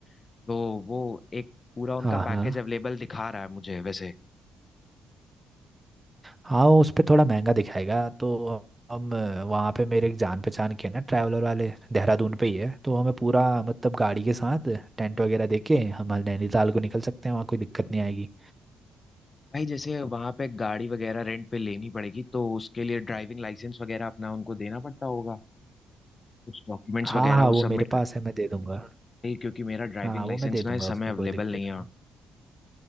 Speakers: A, on the left; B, on the right.
A: तो वो एक पूरा उनका
B: हाँ
A: पैकेज
B: हाँ
A: अवेलेबल दिखा रहा है मुझे वैसे
B: हाँ उस पे थोड़ा महंगा दिखाएगा तो हम वहाँ पे मेरे एक जान पहचान के हैं ना ट्रैवलर वाले देहरादून पे ही है तो हमें पूरा मतलब गाड़ी के साथ टेंट वगैरह दे के हम नैनीताल को निकल सकते हैं वहाँ कोई दिक्कत नहीं आएगी
A: भाई जैसे वहां पे गाड़ी वगैरह रेंट पे लेनी पड़ेगी तो उसके लिए ड्राइविंग लाइसेंस वगैरह अपना उनको देना पड़ता होगा कुछ डॉक्यूमेंट्स
B: हाँ
A: वगैरह
B: हाँ वो
A: वो सबमिट
B: मेरे
A: कर
B: पास है मैं दे दूंगा और
A: नहीं, क्योंकि मेरा ड्राइविंग
B: हाँ
A: लाइसेंस
B: वो मैं दे दूंगा
A: ना इस समय
B: उसकी
A: अवेलेबल
B: कोई दिक्कत
A: नहीं
B: नहीं
A: है